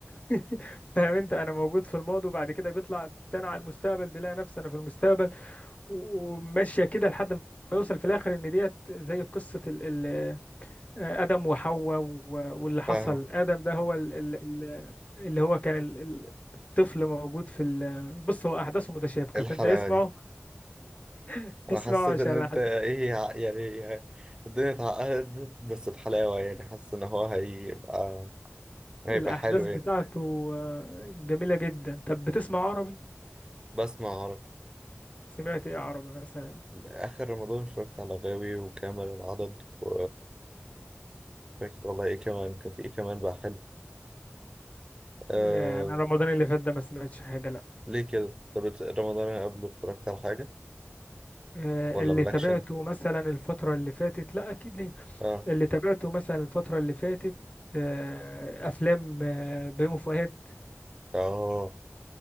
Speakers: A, on the left; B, on the right.
A: <laughs> فاهم انت انا موجود في الماضي وبعد كده بيطلع تاني على المستقبل بيلاقي نفسه انا في المستقبل وماشية كده لحد ما يوصل في الآخر إن ديت زي قصة ال ال آدم وحواء و- واللي حصل
B: فاهم
A: آدم ده هو ال ال ال اللي هو كان ال- ال- الطفل موجود في ال بص هو أحداثه متشابكة
B: إيه الحلاوة
A: فأنت اسمعه
B: دي
A: <laughs>
B: انا
A: اسمعه
B: حسيت
A: عشان
B: ان انت ايه ع- يعني الدنيا اتعقدت بس بحلاوة يعني حاسس ان هو هيبقى هيبقى
A: الأحداث
B: حلو يعني
A: حلو حلو بتاعته آه، جميلة جدا طب بتسمع عربي؟
B: بسمع عربي
A: سمعت إيه عربي مثلا؟
B: اخر رمضان اتفرجت على غاوي وكامل العدد و فاكر والله ايه كمان كان في ايه كمان بقى حلو آه...
A: آه، أنا رمضان اللي فات ده ما سمعتش حاجة لأ
B: ليه كده طب إت- رمضان اللي قبله اتفرجت على حاجة
A: آه،
B: ولا
A: اللي
B: مالكش
A: تابعته
B: انت
A: مثلا الفترة اللي فاتت لأ أكيد ليه
B: اه
A: اللي تابعته مثلا الفترة اللي فاتت آه، أفلام آه، بيومي فؤاد
B: اه